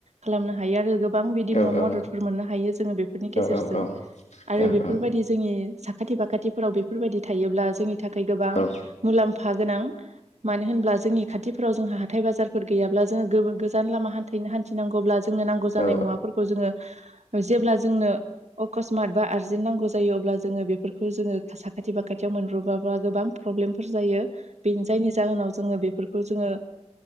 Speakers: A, on the right; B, on the left.
A: खालामनो हायो आरो गोब गोबां बिदि
B: औ
A: म-मददफोर
B: औ
A: मोननो हायो जोङो बेफोरनि गेजेरजों
B: औ औ
A: आरो
B: औ
A: बेफोरबायदि
B: औ
A: जोंनि साखाथि फाखाथिफोराव बेफोरबायदि थायोब्ला जोंनि थाखाय गोबां
B: औ
A: मुलाम्फा गोनां। मानो होनब्ला जोंनि खाथि फोराव जोंहा हाथाय बाजारफोर गैयाब्ला जोंहा गोब-गोजान लाम हान थैनो हान्थिनांगौब्ला जोंनो नांगौ जानाय
B: औ
A: मुवाफोरखौ जोङो जेब्ला जोंनो अकसमात बा आर्जेन्ट नांगौ जायो अब्ला जोङो बेफोरखौ जोङो साखाथि फाखाथियाव मोनब्रबाबा गोबां प्रब्लेमफोर जायो। बे जायनि जाहोनाव जोङो बेफोरखौ जोङो